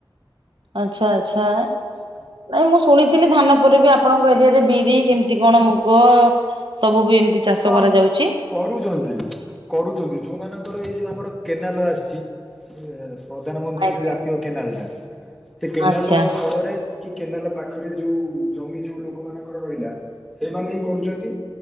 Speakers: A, on the right (about 70°); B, in the centre.
A: ଆଚ୍ଛା ଆଚ୍ଛା
B: ଆଚ୍ଛା
A: ନାଇଁ ମୁଁ ଶୁଣିଥିଲି ଧାନ ପରେ ବି ଆପଣଙ୍କ ଏରିଆରେ ବିରି କେମିତି କଣ ମୁଗ ସବୁ ବି ଏମିତି ଚାଷ
B: ହଁ
A: କରାଯାଉଛି।
B: କରୁଛନ୍ତି କରୁଛନ୍ତି ଯେଉଁମାନଙ୍କର ଏଇ ଯେଉଁ ଆମର କେନାଲ ଆସିଛି ୟେ। ପ୍ରଧାନମନ୍ତ୍ରୀ
A: ଆଜ୍ଞା
B: ଯୋଉ ଜାତୀୟ କେନାଲଟା ସେଇ କେନାଲର
A: ଆଚ୍ଛା
B: କଡରେ କି କେନାଲ ପାଖରେ ଯୋଉ ଜମି ଯୋଉ ଲୋକମାନଙ୍କର ରହିଲା ସେମାନେ ହିଁ କରୁଛନ୍ତି।